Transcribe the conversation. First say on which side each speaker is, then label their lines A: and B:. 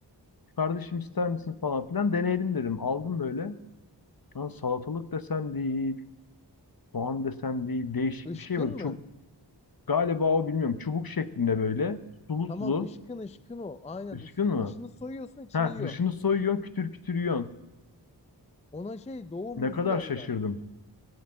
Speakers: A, on the left; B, on the left.
A: Kardeşim ister misin falan filan. Deneyelim dedim. Aldım böyle. Lan salatalık desem değil. Soğan desem değil. Değişik
B: ışkın
A: bir şey böyle. Çub
B: mı?
A: galiba o bilmiyorum. Çubuk şeklinde böyle. Sulu
B: Tamam
A: sulu.
B: ışkın ışkın o. Aynen
A: Üskün
B: ış-
A: mü?
B: dışını soyuyorsun içini
A: Ha
B: yiyorsun.
A: dışını soyuyorsun kütür kütür yiyorsun.
B: Ona şey doğu
A: Ne
B: muzu
A: kadar
B: derler.
A: şaşırdım.